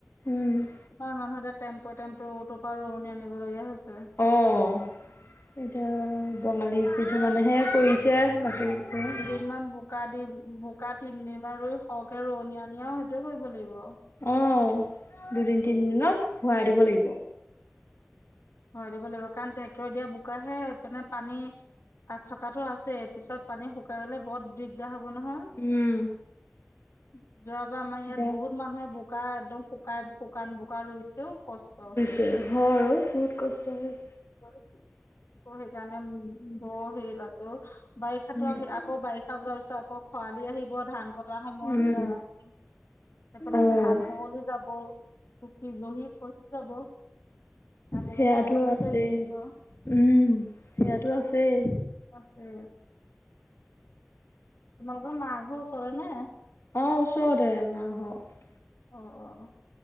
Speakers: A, on the left; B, on the left.
A: উম',
B: ইমান মানুহ এতিয়া, টেম্পো', - টেম্পো', অটোৰ পৰা ৰোৱনি আনিবলগীয়া হৈছে',
A: অহ', এতিয়া বঙালী', কিছুমানেহে কৰিছে বাকীবোৰ ত',
B: ইমান বোকা দি, বো', -বোকা তিনদিনমান ৰুই সৰহকে ৰোৱনি আনি আ', সেইটোয়ে কৰিব লাগিব',
A: অহ', দুদিন তিনিদিনত ভৰাই দিব লাগিব',
B: ভৰাই দিব লাগিব, কাৰণ ট্ৰেক্টৰে দিয়া বোকাহে, এপিনে পানী', তাত থাকাটো আছে, পিছত পানী শুকাই গ'লে বৰ দিগদাৰ হ'ব নহয়', হা',
A: উম,
B: - যোৱা বাৰ আমাৰ ইয়াত
A: এতিয়া
B: বহুত মানুহে বোক', শুকাই, একদম শুকাই শুকান বোকা ৰুইচো কষ্ট',
A: তাকে হয়', অ', বহুত কষ্ট হয়',
B: হয়', অ', সেইকাৰণে হম', -হম', বৰ হেৰি লাগে অ, ' বাৰিষাটো
A: উম,
B: আহিল আক', আকৌ বাৰিষা যোৱা পিছত আকৌ খৰা দিন আহিব ধান কটাৰ সময়ত
A: উম
B: ৰাম', সেফালে
A: অ',
B: ধান সৱলি যাব, পকি জহি খহি যাব', কাটিবলৈ
A: সেইয়াতো
B: মানুহ বিচাৰিব
A: আছে,
B: লাগিব
A: উম', সেইয়াতো আছেই',
B: আছে', তোমালোকৰ মা ঘৰ ওচৰতে নে?
A: অ', ওচৰতে মা ঘৰ',
B: অ', - অ', -অহ',